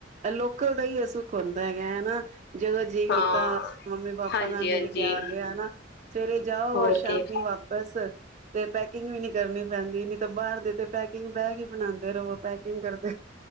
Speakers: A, on the right (about 40°); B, on the left (about 60°).
A: ਲੋਕਲ ਦਾ ਹੀ ਇਹਸ ਸੁੱਖ ਹੁੰਦਾ ਹੈਗਾ ਹਨਾ। ਜਦੋ ਜੀਅ ਕੀਤਾ
B: ਹਾਂ
A: ਮੰਮੀ ਪਾਪਾ
B: ਹਾਂਜੀ
A: ਨਾਲ ਮਿਲ
B: ਹਾਂਜੀ
A: ਕੇ ਆ ਗਿਆ ਹਨਾ। ਸਵੇਰੇ ਜਾਓ
B: ਹੋਰ
A: ਰ ਸ਼ਾਮੀ
B: ਕੀ
A: ਵਾਪਿਸ ਤੇ ਪੈਕਿੰਗ ਵੀ ਨੀ ਕਰਨੀ ਪੈਂਦੀ ਨਹੀਂ ਤਾਂ ਬਾਹਰ ਦੇ ਤੇ ਪੈਕਿੰਗ ਬਾਗ ਹੀ ਬਣਾਉਂਦੇ ਰਵੋ ਪੈਕਿੰਗ ਕਰਦੇ।